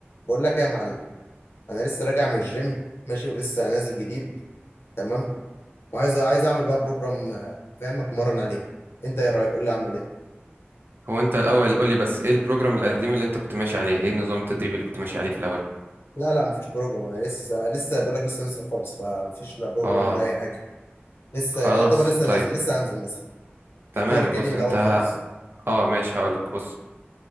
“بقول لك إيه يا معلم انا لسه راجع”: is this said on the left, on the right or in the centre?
Left